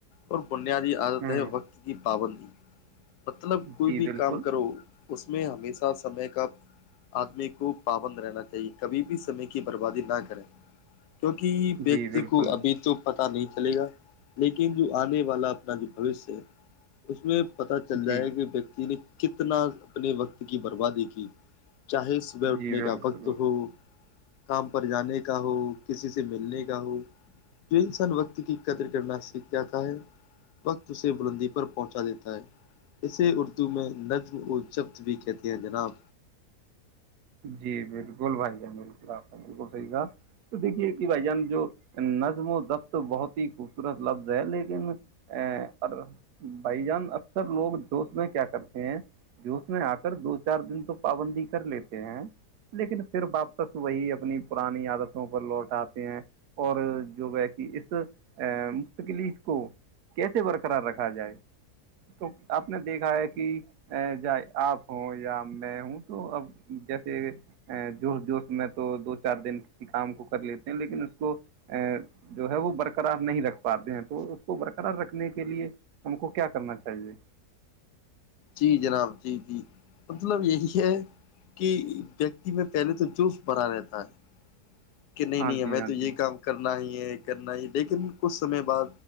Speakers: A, on the left; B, on the right.
A: اور بنیادی عادت
B: ہوں
A: ہے وقت کی پابندی مطلب کوئی
B: جی
A: بھی
B: بالکل
A: کام کرو اس میں ہمیشہ سمے کا آدمی کو پابند رہنا چاہیے کبھی بھی سے کی بربادی نہ کریں کیونکہ ویکتی
B: جی بالکل
A: کو ابھی تو پت نہیں چلے گا لیکن جو آنے والا اپنا جو بوشیہ ہے اس میں پت چل جائے
B: جی
A: کہ ویکتی نے کتنا اپنے وقت کی بربادی کی چاہے صبح اٹھنے
B: جی بالکل
A: کا وقت ہو کام پر جانے کا ہو کسی سے ملنے کا ہو جو انسان وقت کی قدر کرنا سیکھ جاتا ہے وقت اسے بلندی پر پہنچا دیتا ہے اسے اردو میں نظم و جبط بھی کہتے ہیں جناب
B: جی بالکل بھائی جان بالکل آ بالکل صحیح کہا تو دیکھیے کہ بھائی جان جو نظم و ضبط بہت ہی خوبصورت لفظ ہے لیکن ا بھائی جان اکثر لوگ جوش میں کیا کرتے ہیں جوش میں آ کر دو چار دن تو پابندی کر لیتے لیکن پھر واپس وہی اپنی پرانی عادتوں پر لوٹ آے ہیں اور جو ہے کہ اس مستقلی کو کیسے برقرار رکھا جائے تو آپ نے دیکھا ہے کہ جاہ آپ ہوں یا میں ہوں تو اب جیسے جوش جوش میں تو دو چار دن کسی کام کو کر لیتا لیکن اس کو جو ہے وہ برقرار نہیں رکھ پاتے ہیں تو اس کو برقرار رکھنے کے لیے ہم کو کیا کرنا چاہیے
A: جی جناب جی جی مطلب یہی ہے کہ ویکتی میں پہلے تو جرف بھرا رہتا ہے کہ نہیں
B: ہاں
A: نہیں
B: جی
A: ہمیں
B: ہاں
A: تو یہی
B: جی
A: کام کرنا ہی کرنا ہی لیکن کچھ سمے بعد